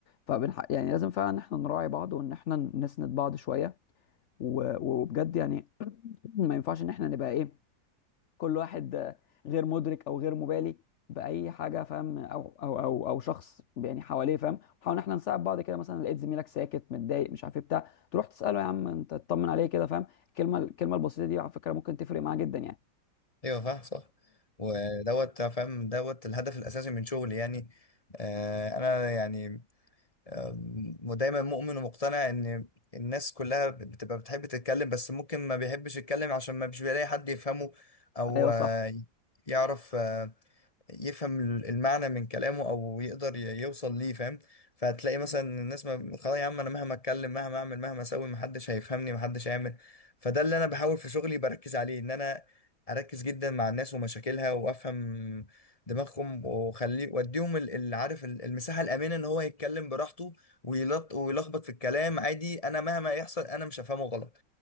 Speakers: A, on the left; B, on the left.
A: فبنح... يعني لازم فعلا ان احنا نراعي بعض وان احنا نسند بعض شوية و- وبجد يعني <clears throat> ما ينفعش ان احنا نبقى ايه كل واحد آه، غير مدرك او غير مبالي باي حاجه فاهم او او او او شخص يعني حواليه فاهم نحاول ان احنا نساعد بعض كده مثلا لقيت زميلك ساكت متضايق مش عارف ايه بتاع تروح تساله يا عم انت تطمن عليه كده فاهم الكلمه الكلمه البسيطه دي على فكره ممكن تفرق معاه جدا يعني
B: ايوه فاهم صح ودوت فاهم دوت الهدف الاساسي من شغلي يعني آه انا يعني آه دايما مؤمن ومقتنع ان الناس كلها بتبقى بتحب تتكلم بس ممكن ما بيحبش يتكلم عشان ما بيش بيلاقي حد يفهمه او
A: <coughs> ايوه
B: آه
A: صح
B: يعرف آه، يفهم المعنى من كلامه او يقدر ي- يوصل ليه فاهم فهتلاقي مثلا الناس ما خلاص يا عم انا مهما اتكلم مهما اعمل مهما اسوي محدش هيفهمني محدش هيعمل فده اللي انا بحاول في شغلي بركز عليه ان انا اركز جدا مع الناس ومشاكلها وافهم دماغهم واخليه واديهم ال- اللي عارف ال- المساحه الامنه ان هو يتكلم براحته ويلط ويلخبط في الكلام عادي انا مهما يحصل انا مش هفهمه غلط